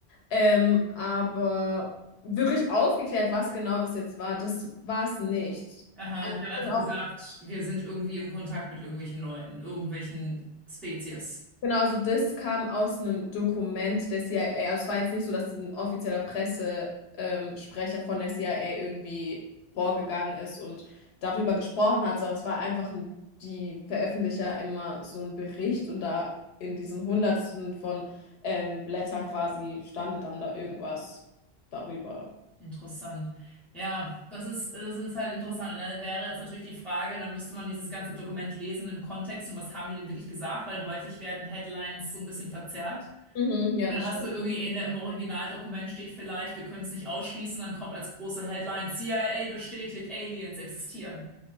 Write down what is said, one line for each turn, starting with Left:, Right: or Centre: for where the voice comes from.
Left: Ähm, aber wirklich aufgeklärt, was genau das jetzt war. Das war es nicht.
Centre: Aha,
Left: Also,
Centre: die
Left: ich
Centre: haben einfach
Left: bin auch-
Centre: gesagt, wir sind irgendwie im Kontakt mit irgendwelchen Leuten, irgendwelchen Spezies.
Left: genau, also das kam aus einem Dokument der CIA. Also es war jetzt nicht so, dass ein offizieller Pressesprecher ähm, Sprecher von der CIA irgendwie vorgegangen ist und darüber gesprochen hat, sondern es war einfach ein, die veröffentlichen ja immer so einen Bericht und da in diesen Hundertsten von ähm, Blättern quasi stande dann da irgendwas darüber.
Centre: Interessant. Ja, das ist, das ist halt interessant. Und dann wäre jetzt natürlich die Frage, dann müsste man dieses ganze Dokument lesen im Kontext und was haben die denn wirklich gesagt, weil häufig werden Headlines so ein bisschen verzerrt.
Left: Mhm, ja,
Centre: Dann
Left: das
Centre: hast
Left: stimmt.
Centre: du irgendwie in der, im Originaldokument steht vielleicht, wir können es nicht ausschließen, dann kommt als große Headline, CIA bestätigt, Aliens existieren.